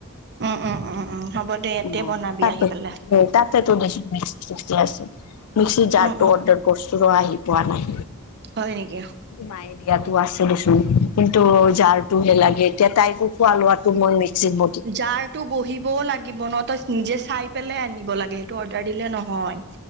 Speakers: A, on the right; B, on the left.
A: উম, উম, উম, উম। হ'ব দে ইয়াতে
B: অ',
A: বনাবি
B: তাতে
A: আহি পেলাই
B: তাতেতো দেখোন মিক্সি চিক্সি আছে, মিক্সিৰ জাৰটো
A: উম উম
B: অৰ্ডাৰ কৰছিলো আহি পোৱা নাই।
A: হয় নেকি
B: মাই দিয়াতো আছে দেচোন, কিন্তু যাৰ হে লাগে, এতিয়া তাইকো খোৱা লোৱাটো মই মিক্সিত ব
A: জাৰতো বহিবও লাগিব নহ, তই নিজে চাই পেলাই আনিব লাগে সেইটো অৰ্ডাৰ দিলে ন হয়,